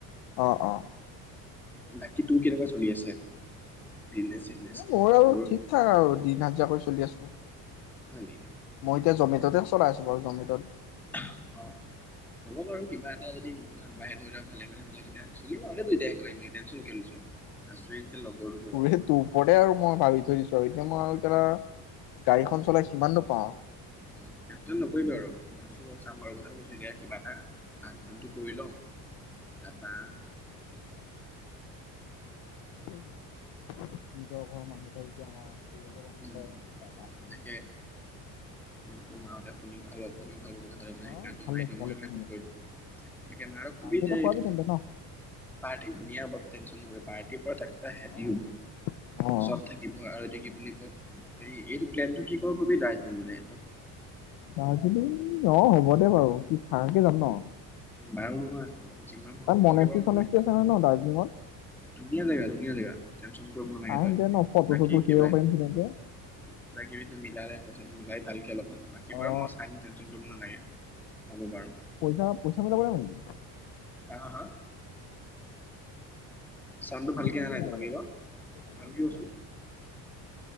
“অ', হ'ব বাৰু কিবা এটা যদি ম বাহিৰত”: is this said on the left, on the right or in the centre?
Centre